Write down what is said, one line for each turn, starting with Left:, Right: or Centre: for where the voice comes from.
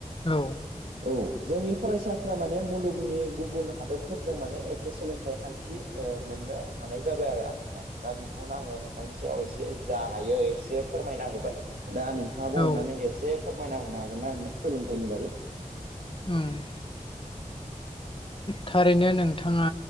Left: औ
Right: औ जोंनि फरायसाफ्रा माने मुलुगनि गुबुन हादोरफोरजों माने एखे सोलोंथाइ खान थि मोननो हानाय जाबाय आरो आथिखाल दा बेखौनो आङो नोंथांनि सायाव एसे जा हायो एसे फोरमायना होबाय दा नोंथाङाबो
Left: औ
Right: अननानै एसे फोरमायना होनो हागोन ना आंनो सोलोंथाइनि बागै
Left: उम थारैनो नोंथाङा